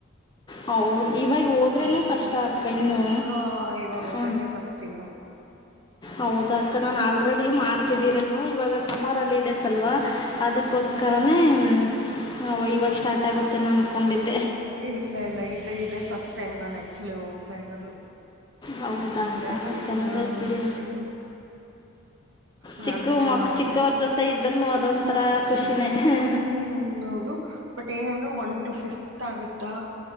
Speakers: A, on the left; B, on the right.
A: ಹೌ ಇವಾಗ ಹೋದ್ರೆನೆ
B: ಹಾ
A: ಫಸ್ಟ್ ಅಕ್ಕ ಇನ್ನು
B: ಹಾ ಇವಾಗ ಹೋದ್ರನೆ
A: ಹಾ
B: ಫಸ್ಟ್ ಇನ್ನು
A: ಹೌದ ಅಕ್ಕ ನಾನ್ ಆಲ್ರೆಡಿ ಮಾಡ್ತಿದ್ದೀರೇನು ಇವಾಗ ಸಮ್ಮರ್ ಹಾಲೀಡೇಸ್ ಅಲ್ವಾ. ಅದಕ್ಕೋಸ್ಕರನೇ.
B: ಹಾ ಹಾ
A: ನಾವು ಇವಾಗ ಸ್ಟಾರ್ಟ್ ಆಗುತ್ತೆನೋ ಅನ್ಕೊಂಡಿದ್.
B: ಇಲ್ಲ ಇಲ್ಲ ಇದೆ ಇದೆ ಫಸ್ಟ್ ಟೈಮ್ ನಾನು ಆಕ್ಚುಲಿ ಹೋಗ್ತಾ ಇರೋದು.
A: ಹೌದ
B: ಹಂಗಾಗಿ
A: ಆಕ್ಕಾ ಚೆನ್ನಾಗೈತ್
B: ಹಾ
A: ಬಿಡಿ
B: ಇನ್ನು ಮಾಡ್ಬೇಕಲ್ಲ
A: ಚಿಕ್ಕ ಮಕ್
B: ಮತ್ತೆ
A: ಚಿಕ್ಕವ್ರ ಜೊತೆ ಇದ್ರನು ಅದೊಂಥರ ಖುಷಿನೇ ಹ್ಞೂ
B: ಹ್ಮ್ ಹೌದು ಬಟ್ ಏನಂದ್ರೆ ಒನ್ ಟು ಫ ಫ್ತ್ ಆಗುತ್ತಾ